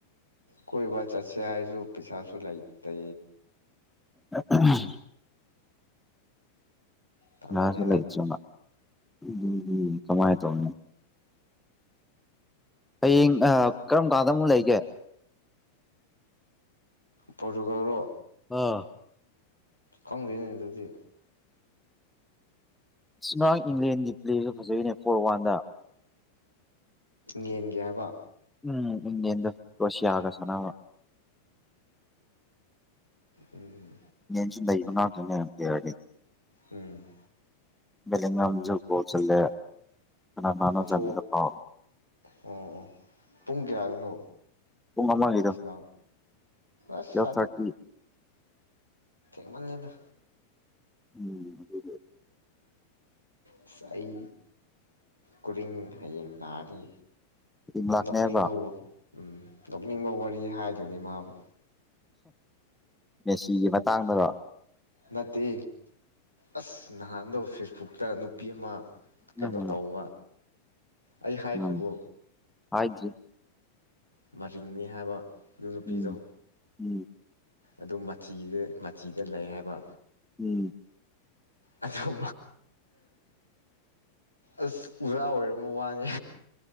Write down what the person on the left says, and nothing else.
ꯀꯣꯏꯕ ꯆꯠꯁꯦ ꯍꯥꯏꯁꯨ ꯄꯩꯁꯥꯁꯨ ꯂꯩꯇꯦ
ꯇꯜꯂꯦꯗ
ꯄꯣꯔꯇꯨꯒꯜꯂꯣ
ꯈꯪꯗꯦꯅꯦ ꯑꯗꯨꯗꯤ
ꯌꯦꯡꯒꯦ ꯍꯥꯏꯕ
ꯎꯝ
ꯎꯝ
ꯐꯣꯛ
ꯑꯣ ꯑꯣ ꯄꯨꯡ ꯀꯌꯥꯗꯅꯣ
ꯁꯥꯟꯅꯕ ꯑꯁ
ꯀꯜꯂꯦꯗ
ꯑꯁ ꯑꯩ ꯀꯔꯤꯡ ꯍꯌꯦꯡ ꯂꯥꯛꯑꯗꯤ
ꯅꯣꯛꯅꯤꯡꯕꯋꯣ ꯋꯥꯣ ꯎꯝ ꯅꯣꯛꯅꯤꯡꯕ ꯋꯥꯔꯤ ꯍꯥꯏꯗꯣꯏꯅꯦ ꯃꯥꯕꯨ
ꯅꯠꯇꯦ ꯑꯁ ꯅꯍꯥꯟꯗ ꯐꯦꯁꯕꯨꯛꯇ ꯅꯨꯄꯤ ꯑꯃ ꯀꯩꯅꯣ
ꯇꯧꯕ ꯑꯩ ꯍꯥꯏꯈꯔꯤꯕꯣ
ꯃꯔꯤꯡꯅꯤ ꯍꯥꯏꯕ ꯑꯗꯨ ꯅꯨꯄꯤꯗꯣ
ꯑꯗꯨ ꯃꯆꯤꯒ ꯃꯆꯤꯗ ꯂꯩ ꯍꯥꯏꯕ
ꯑꯗꯨ ꯑꯁ ꯎꯖꯥ ꯑꯣꯏꯔꯝꯃ ꯋꯥꯅꯦ